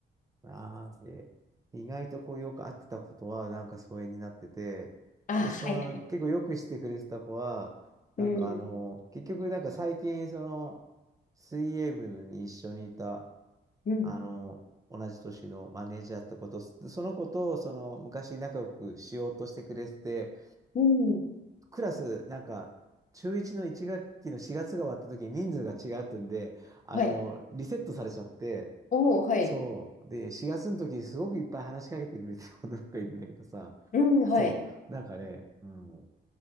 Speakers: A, on the right; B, on the left.
A: う。なんで、意外とこう、よく会ってたことは、なんか疎遠になってて、
B: あー、
A: で、その、
B: はいはい。
A: 結構よくしてくれてた子は、なんかあの、
B: うん、
A: 結局、なんか最近、その、水泳部に一緒にいた、
B: うん、
A: あの、同じ年のマネージャーだったこと、そその子と、その、昔仲良くしようとしてくれてて、
B: うん。
A: クラス、なんか、中1の1学期の4月が終わった時に人数が違うってんで、あの、
B: はい。
A: リセットされちゃって、
B: おーはい。
A: そう。で、4月の時、すごくいっぱい話しかけてくれてる女の子がいるんだけどさ、
B: うん、
A: そう、
B: はい。
A: なんかね、うん。